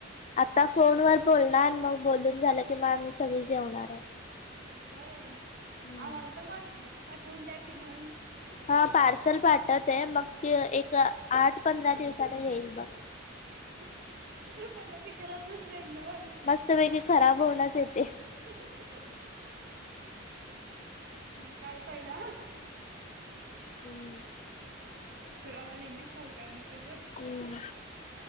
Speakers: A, on the left (about 35°); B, on the right (about 55°).
A: आता फोन वर बोलणार मग बोलून झालं की, मग आम्ही सगळी जेवणार आहे.
B: होय
A: हम्म.
B: आम्हाला पण वाट पाटवून द्या कि मग.
A: हा पार्सल पाठवते मग ते एक आठ पंधरा दिवसाने येईल मग.
B: <unintelligible> ते खराब होऊन जाईल नवा
A: मस्तपैकी खराब होऊनच येते.
B: ही ही ही मग काय फायदा?
A: हम्म
B: खराब लिलीच खाऊ काय मी? तसच
A: हम्म